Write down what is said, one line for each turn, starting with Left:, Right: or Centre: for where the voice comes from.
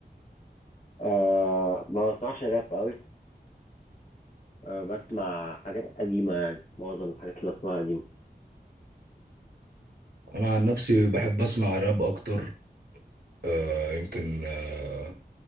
Left: أه ما بسمعش راب قوي أه بسمع حاجات قديمة يعني معظم الحاجات اللي بسمعها قديمة
Right: أنا عن نفسي بحب أسمع راب أكتر آه يمكن آه